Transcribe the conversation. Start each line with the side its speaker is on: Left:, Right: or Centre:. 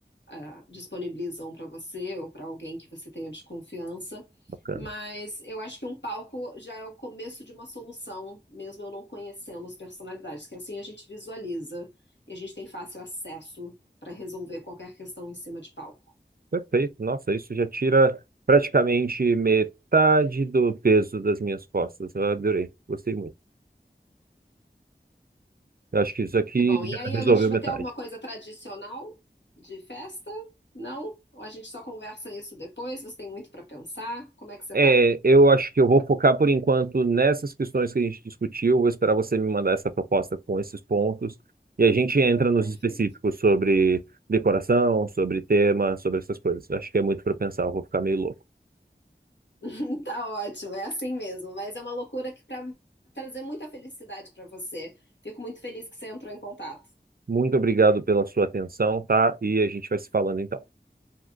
Left: ah, disponibiliza um para você ou para alguém que você tenha desconfiança.
Right: Bacana.
Left: Mas eu acho que um palco já é o começo de uma solução, mesmo eu não conhecendo as personalidades, que assim a gente visualiza e a gente tem fácil acesso para resolver qualquer questão em cima de palco.
Right: Perfeito. Nossa, isso já tira praticamente metade do peso das minhas costas. Eu adorei, gostei muito. Eu acho que isso aqui
Left: Que bom. E
Right: já
Left: aí,
Right: resolveu
Left: a gente vai
Right: metade.
Left: ter alguma coisa tradicional de festa? Não? Ou a gente só conversa isso depois? Você tem muito para pensar? Como é que você
Right: É,
Left: tá?
Right: eu acho que eu vou focar por enquanto nessas questões que a gente discutiu. Vou esperar você me mandar essa proposta com esses pontos e a gente entra nos
Left: Perfeito.
Right: específicos sobre decoração, sobre tema, sobre essas coisas. Acho que é muito para pensar, eu vou ficar meio louco.
Left: <laughs> Tá ótimo, é assim mesmo. Mas é uma loucura que para trazer muita felicidade para você. Fico muito feliz que você entrou em contato.
Right: Muito obrigado pela sua atenção, tá? E a gente vai se falando então.